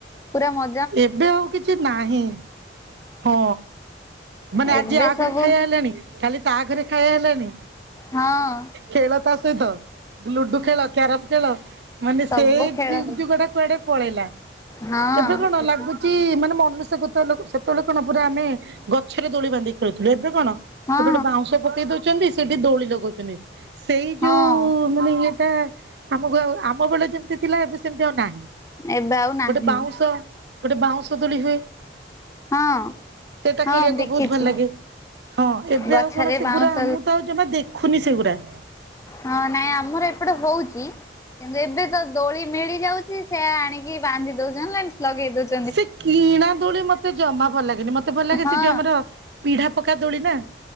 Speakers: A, on the left; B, on the right.
A: ପୁରା ମ
B: ଏବେ ଆଉ କିଛି ନାହିଁ। ହଁ ମାନେ
A: ଏବେ
B: ଆଜି ଆ ଆଗରେ
A: ସବୁ
B: ଖାଇବା ହେଲାଣି କାଲି ତା ଆଗରେ ଖାଇବା ହେଲାଣି।
A: ହଁ।
B: ଖେଳ ତା ସହିତ। ଲୁଡୁ ଖେଳ, କ୍ୟାରମ ଖେଳ। ମାନେ
A: ସବୁ
B: ସେଇ
A: ଖେଳ
B: ଯୁ ଯୁଗ ଟା କୁଆଡେ ପଳେଇଲା।
A: ହଁ
B: ଏବେ କଣ ଲାଗୁଛି ମାନେ ମନୁଷ୍ୟ କ ସେତେବେଳେ କଣ ପୁରା ଆମେ ଗଛରେ ଦୋଳି ବନ୍ଧୀକି ଖେଳୁଥିଲେ। ଏବେ କଣ
A: ହଁ
B: ଗୋଟେ ଗୋଟେ ବାଉଁଶ ପକେଇ ଦଉ ଦଉଛନ୍ତି ସେଠି ଦୋଳି ଲଗଉଛନ୍ତି। ସେଇ
A: ହଁ
B: ଯୋଉ ମାନେ ଇଏଟା ଆମ ଵେ ଆମ ବେଳେ ଯେମିତି ଥିଲା ଏବେ ସେମତି ଆଉ ନାହିଁ।
A: ଏବେ ଆଉ ନାହିଁ
B: ଗୋଟେ ବାଉଁଶ ଗୋଟେ ବାଉଁଶଦୋଳିରେ
A: ହଁ।
B: ସେଟା
A: ହଁ
B: ଖେଳିବାକୁ
A: ଦେଖିଛି
B: ବହୁତ ଭଲ ଲାଗେ। ହଁ ଏବେ
A: ଗଛରେ
B: ଆଉ କଣ ସେଗୁରା
A: ବାଉଁଶ
B: ଆମକୁତ ଆଉ ଜମା ଦେଖ ଖୁନି ସେଗୁରା।
A: ହଁ ନାଇଁ ଆମର ଏପଟେ ହଉଛି। କିନ୍ତୁ ଏବେ ତ ଦୋଳି ମିଳିଯାଉଛି। ସେ ଆଣିକି ବାନ୍ଧି ଦଉଛନ୍ତି, ଲଗେଇ ଦଉଛ
B: ସେ କିଣା ଦୋଳି ମତେ ଜମା ଭଲ ଲାଗେନି। ମତେ ଭଲ ଲାଗେ
A: ହଁ
B: ସେ ଯୋଉ ଆମର ପିଢା ପକା ଦୋଳି ନା?